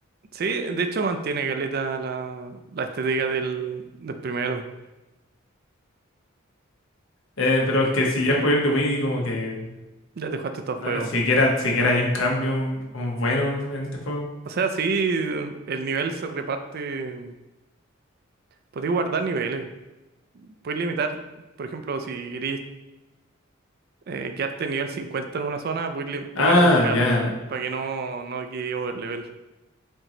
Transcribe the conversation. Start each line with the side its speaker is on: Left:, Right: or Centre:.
Right: Sí, de hecho mantiene caleta la, la estética del, del primero.
Left: Eh, pero es que si ya jugué el de Wii, como que.
Right: Ya te jugaste todo el
Left: No,
Right: juego.
Left: siquiera, siquiera hay un cambio mm, como bueno en este juego.
Right: O sea, sí, el nivel se reparte. Podéis guardar niveles. Podéis limitar, por ejemplo, si queréis eh, quedarte nivel 50 en una zona, podéis le- ponerle
Left: Ah,
Right: un cap
Left: ya.
Right: para que no, no quede overlevel.